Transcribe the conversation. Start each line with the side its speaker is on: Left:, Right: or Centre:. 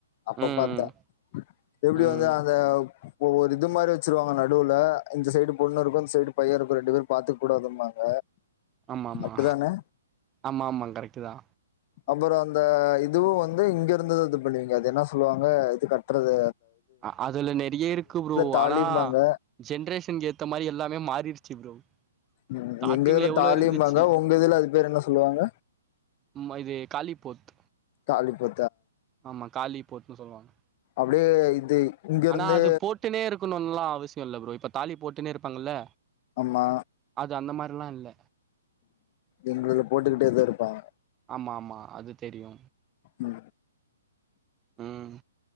Left: அப்ப
Right: ம்,
Left: பாத்த
Right: ம்,
Left: எப்டி
Right: ம்.
Left: வந்து அந்த இப்ப ஒரு இது மாரி வெச்சுருவாங்க நடுவுல இந்த சைடு பொண்ணு இருக்கு இந்த சைடு பைய இருக்கு ரெண்டு பேரு பாத்து கூடாதும்பாங்க
Right: ஆமா ஆமா
Left: அப்டிதானே
Right: ஆமா ஆமா கரெக்ட்டு தா
Left: அப்பறோ அந்த இதுவு வந்து இங்க இருந்து இது பண்ணுவிங்க அது என்னா சொல்லுவாங்க இது கட்றது
Right: அ அதுல நெறைய இருக்கு ப்ரோ
Left: தாலிம்பாங்க
Right: ஆனா ஜென்ரேஷனுக்கு ஏத்த மாரி எல்லாமே மாரிருச்சி ப்ரோ
Left: ம்
Right: ஸ்டார்ட்டிங்ல
Left: எங்க இதுல
Right: எவ்ளோ
Left: தாலிம்பாங்க
Right: இருந்துச்சு.
Left: உங்க இதுல அது பேரு என்ன சொல்வாங்க
Right: ம்ம இது காலிபோத்
Left: தாளிப்பு
Right: ஆமா காலி போட்டுன்னு சொல்லுவாங்க
Left: அப்டியே இது இங்கருந்து
Right: ஆனா அது போட்டுனே இருக்கணுனு எல்லா அவசிய இல்ல ப்ரோ இப்ப தாலி போட்டுனே இருப்பாங்கல்ல
Left: ஆமா
Right: அது அந்த மாரில்லா இல்ல
Left: எங்கது போட்டுக்கிட்டேதா இருப்பாங்க
Right: ஆமா ஆமா அது தெரியு
Left: ம்
Right: ம்